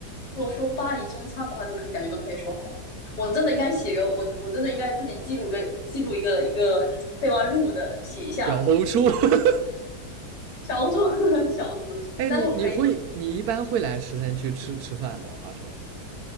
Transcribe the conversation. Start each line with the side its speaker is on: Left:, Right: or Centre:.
Left: 说说巴黎中餐的话，都可以感觉都可以说好多。我真的应该写个我，我真的应该自己记录个记录一个一个备忘录的，写一下
Right: 小红书。<laughs>
Left: 小红书 <laughs> 笑死。
Right: 哎，
Left: 但是我可以
Right: 你你会你一般会来十三区吃吃饭吗？话说，